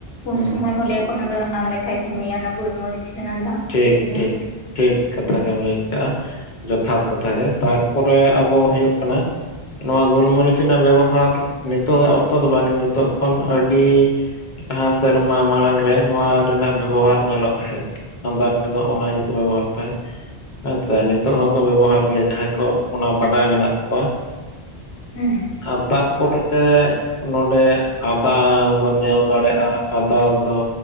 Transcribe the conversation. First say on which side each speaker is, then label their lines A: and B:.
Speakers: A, on the left (about 80°); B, on the left (about 55°).
A: ᱩᱱ
B: ᱦᱩᱸ
A: ᱥᱩᱚᱢᱚᱭ ᱦᱚᱸ ᱞᱟᱹᱭᱟ ᱠᱚ ᱚᱱᱟ ᱫᱚ ᱨᱟᱱ ᱞᱮᱠᱟᱭ ᱠᱟᱹᱢᱤᱭᱟ ᱚᱱᱟ ᱜᱩᱞᱢᱚᱨᱤᱪ ᱨᱮᱱᱟᱜ ᱫᱟᱜ
B: ᱴᱷᱤᱠ
A: ᱟᱨᱠᱤ ᱧᱩ
B: ᱴᱷᱤᱠ ᱴᱷᱤᱠ ᱠᱟᱛᱷᱟ ᱜᱮᱢ ᱞᱟᱭ ᱠᱟᱜᱼᱟ ᱡᱚᱛᱷᱟᱛ ᱠᱟᱛᱷᱟ ᱜᱮ ᱛᱟᱨᱯᱚᱨᱮ ᱟᱵᱚ ᱦᱩᱭᱩᱜ ᱠᱟᱱᱟ ᱱᱚᱣᱟ ᱜᱳᱞᱢᱚᱨᱤᱪ ᱨᱮᱱᱟᱜ ᱵᱮᱵᱚᱦᱟᱨ ᱱᱤᱛᱚᱜᱟᱜ ᱚᱠᱛᱚ ᱫᱚ ᱵᱟᱝ ᱱᱤᱛᱚᱜ ᱠᱷᱚᱱ ᱟᱹᱰᱤ ᱞᱟᱦᱟ ᱥᱮᱨᱢᱟ ᱢᱟᱲᱟᱝ ᱨᱮ ᱱᱚᱣᱟ ᱨᱮᱱᱟᱜ ᱵᱮᱵᱚᱦᱟᱨ ᱧᱮᱞᱚᱜ ᱛᱟᱦᱮᱸᱫ ᱫᱟᱨᱫᱚ <unintelligible> ᱚᱱᱟ ᱜᱮ ᱠᱚ ᱵᱮᱵᱚᱦᱟᱨ ᱛᱟᱦᱮᱸ ᱦᱮᱸ ᱥᱮ ᱱᱤᱛᱚᱜ ᱦᱚᱸᱠᱚ ᱵᱮᱵᱚᱦᱟᱨ ᱜᱮᱭᱟ ᱡᱟᱦᱟᱸᱭ ᱠᱚ ᱚᱱᱟ ᱵᱟᱰᱟᱭ ᱢᱮᱱᱟᱜ ᱛᱟᱠᱚᱣᱟ
A: ᱦᱮᱸ
B: ᱟᱨ ᱛᱟᱨᱯᱚᱨᱮ ᱛᱮ ᱱᱚᱰᱮ ᱟᱫᱟ ᱵᱚᱱ ᱧᱮᱞ ᱫᱟᱲᱮᱭᱟᱜᱼᱟ ᱟᱫᱟ ᱫᱚ